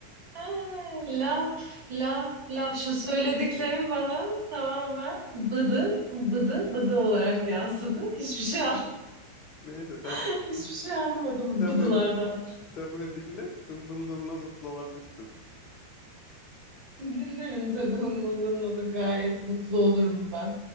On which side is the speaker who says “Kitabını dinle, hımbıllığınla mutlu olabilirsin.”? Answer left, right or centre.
Left